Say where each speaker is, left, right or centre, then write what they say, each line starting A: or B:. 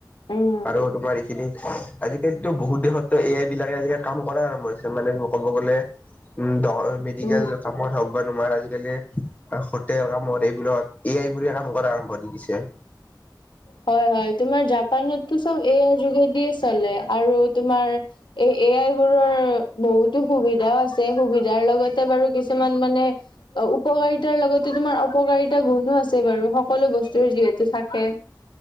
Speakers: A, on the left; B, on the left.
A: উম
B: আৰু তোমাৰ এইখিনি আজিকালিতটো বহুত দেশতো এ আই বিলাকে আজিকালি কাম কৰা, আৰম্ভ হৈছে মানে ক'ব গ'লে উম। মেডিকেল
A: উম
B: কামত হওঁক বাট তোমাৰ আজিকালি সতে কামত এইবিলাক এই আই বোৰে কাম কৰা আৰম্ভ দি দিছে
A: হয় হয় তোমাৰ জাপানততো চব এ আইৰ যোগেদিয়ে চলে আৰু তোমাৰ এই এ আই বোৰৰ বহুতো সুবিধাও আছে সুবিধাৰ লগত বাৰু কিছুমান মানে অঁ উপকাৰিতাৰ লগতে তোমাৰ অপকাৰিতা গুণো আছে বাৰু সকলো বস্তুৰ যিহেতু থাকে থাকে